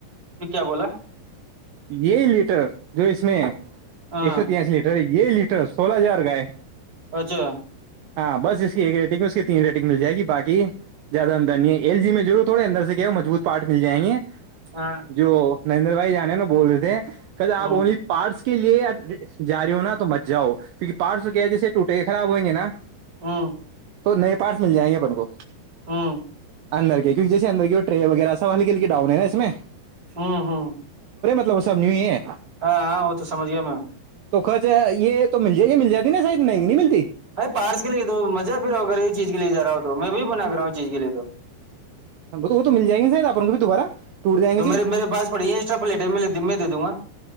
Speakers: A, on the right; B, on the right.
A: پھر کیا بولا
B: یہ لیٹر جو اس میں ہے
A: ہاں
B: ایک سو تیاسی لیٹر ہے یہ لیٹر سولہ ہزار کا ہے
A: اچھا
B: ہاں بس اس کی ایک ریٹنگ ہے اس کی تین ریٹنگ مل جائے گی باقی زیادہ اندر نہیں ہے ایل جی میں رور تھوڑ اندر سے کیا ہو مبوط پارٹ مل جائں گے
A: ہاں
B: جو نریندر بھائی جانے نا بول رہے تھے کہی اپ
A: ہوں
B: وہی پارسل کے لیے جاری ہوناا تو بچ جاؤ کیونک پارس تو کیا جس ٹوٹے خراب ہو گے نا
A: ہمم
B: تو نئے پارٹس مل جائیں گے اپن کو
A: ہمم
B: اندر کے کیکہ جیے اندر کی ٹے وغیرہ سبال کےل ڈؤن ہے نا اس میں
A: ہوں ہوں
B: بسبی ہے
A: ہاں ہاں وہ تو سمج گیا میں
B: تو خچ ہے یہ تو مل جائے یہ مل جاتی نا شید نہیں مل
A: ار پارس کے لیے تو مزہ پھر اغگر یہ چیز کے لیے جا رہا ہو تو میں بھیی بنا کر رہا ہوں چیز کے لیے تو
B: ب تو وہ تو مل جائیں گے شاید آپ کو بھی دوبارہ ٹوٹ جائیں
A: تو
B: گے
A: میرے میرے پس پڑی ہے ایکسٹا پلیٹے دے د د گا